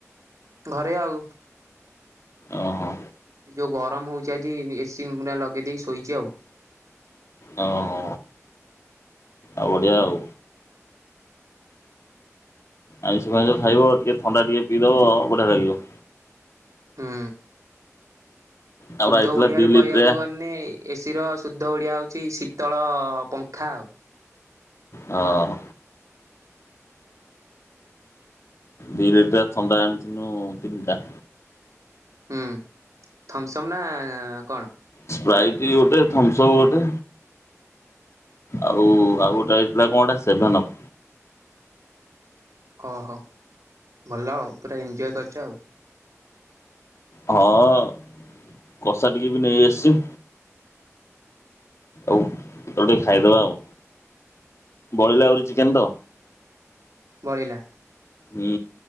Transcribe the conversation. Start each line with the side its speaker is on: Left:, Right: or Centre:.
Right: ଘରେ ଆଉ।
Left: ଓ ହୋ।
Right: ଯୋଉ ଗରମ ହଉଛି। ଆଜି ଏସି ଲଗେଇ ପୁରା ଲଗେଇ ଦେଇକି ଶୋଇଛି ଆଉ।
Left: ଓ ହୋ ଆଉ ବଢିଆ ଆଉ। ଆଇଁଷ ଫାଇଁଷ ଖାଇବ ଟିକେ ଥଣ୍ଡା ଟିକେ ପିଇଦବ ବଢିଆ ଲାଗିବ।
Right: ହୁଁ
Left: ଆମର
Right: ଶୁଦ୍ଧ
Left: ଆଇଥିଲା
Right: ଓଡିଆ
Left: ଦି
Right: ର
Left: ଲିଟରିଆ
Right: କହିବାକୁ ଗନେ ଏସ ଶୀର ଶୁଦ୍ଧ ଓଡିଆ ହଉଛି ଶୀତଳ ପଙ୍ଖା ଆଉ।
Left: ହଁ ଦି ଲିଟିରିଆ ଥଣ୍ଡା ଆଣିିଥିନୁ ତିନିଟା।
Right: ହୁଁ ଥମସମ ନା କଣ।
Left: ସ୍ପ୍ରାଇଟ୍ ଗୋଟେ ଥମ୍ସ ଅପ୍ ଗୋଟେ। ଆଉ ଆଉ ଗୋଟେ ଆଇଥିଲା କଣ ଏଟା ସେଭେନ୍ ଅପ୍।
Right: ଓହୋ ଭଲ ଆଉ ପୁରା ଏଞଜୟ କରି ଚ।
Left: ହଁ କଷା ଟିକେ ବି ନେଇ ଆସିଛି। ଆଉ ତର ଟିକେ ଖାଇଦବା ଆଉ ବଳିଲା ଆହୁରି ଚିକେନ ତ।
Right: ବଳିଲା।
Left: ହୁଁ